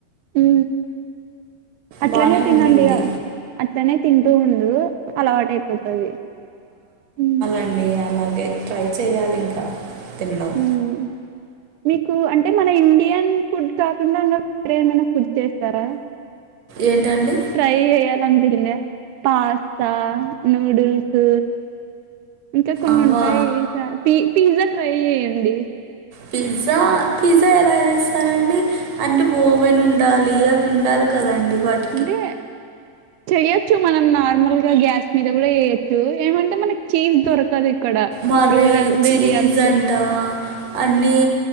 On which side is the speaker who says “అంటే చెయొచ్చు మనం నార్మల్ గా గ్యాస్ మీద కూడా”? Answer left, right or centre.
Right